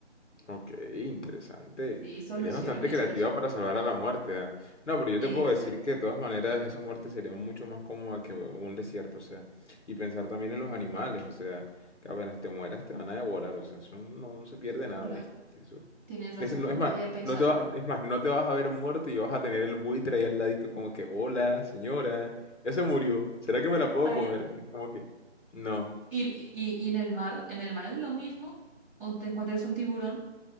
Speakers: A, on the left; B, in the centre.
A: Ok, interesante.
B: Sí, soluciones,
A: Eres bastante creativa
B: soluciones.
A: para salvar a la muerte, ¿ah? No, pero yo
B: Exacto.
A: te puedo decir que de todas maneras esa muerte sería mucho más cómoda que un desierto, o sea, y pensar también en los animales, o sea, que apenas te mueras te van a devorar, o sea, eso no, no se pierde
B: U-
A: nada,
B: Claro,
A: ¿viste? Eso-
B: tienes razón,
A: Es, no- es
B: no lo
A: más,
B: había pensado.
A: no te va- es más, no te vas a ver muerto y vas a tener el buitre ahí al ladito como que, hola, señora, ya se murió, ¿será que me la puedo
B: Ay,
A: comer? Es como que, no.
B: Y, y, y en el mar, en el mar es lo mismo, o te encuentras un tiburón